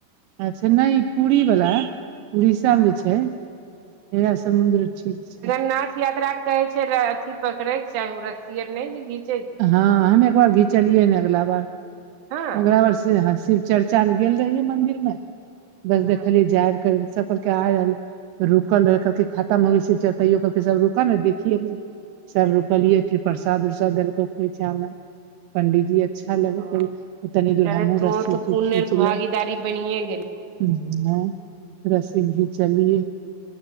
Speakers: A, on the right; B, on the right.
A: अच्छा नय ई पूरी बला उड़ीसा
B: हँ
A: मे छै इहे समुद्र ठीक छै।
B: नाथ यात्रा कहै छेलै अथी पकड़ैक चाहि ओ रस्सियर नय जे घीच।
A: हँ हम एक बार घिचलियै ने <unintelligible>
B: हँ
A: चर्चा मे गेल रहिय मंदिर मे बस
B: हँ
A: देखलियै जायब कर सब कहलक आय रहल। रुकल रहै कहलकै खाता मंग चयोलकै सब रुका ने देखिय। सब रुकलियै। फिर प्रसाद उरसाद देलको खोइछा मे पंडीजी अच्छा लग
B: ओ
A: तनी दूर
B: चले
A: हमहुँ
B: तो
A: रस्सी
B: तऽ
A: उस्सी
B: पुण्य
A: खीचलहु।
B: आर के भागीदारी बनिये गेल
A: हँ रस्सी घीचलियए।